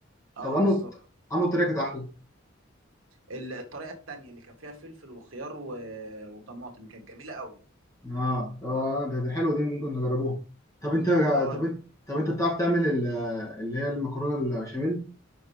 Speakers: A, on the right; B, on the left.
A: اه
B: طب انه
A: بالظبط
B: انه طريقه كانت احلى
A: ال- الطريقة التانية اللي كان فيها فلفل وخيار و... وطماطم كانت جميلة قوي
B: اه طب ده ده حلو دي ممكن نجربوها طب انت
A: اه
B: طب انت طب انت بتعرف تعمل ال- اللي هي المكرونه البشاميل